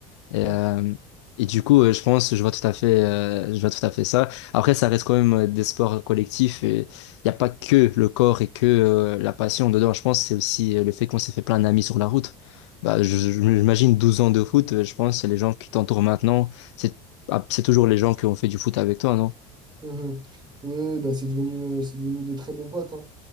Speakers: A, on the left (about 85°); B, on the right (about 30°).
A: Et,
B: mhm.
A: euh, et du coup, euh, je pense, je vois tout à fait, euh, je vois tout à fait ça. Après, ça reste quand même euh, des sports collectifs et il n'y a pas que le corps et que euh, la passion dedans. Je pense, que c'est aussi euh, le fait qu'on s'est fait plein d'amis sur la route. Bah, je- je- j'imagine 12 ans de foot, euh, je pense, les gens qui t'entourent maintenant, c'est ah, c'est toujours les gens qui ont fait du foot avec toi, non
B: mhm. Ouais, bah, c'est devenu, c'est devenu des très bons potes. hein.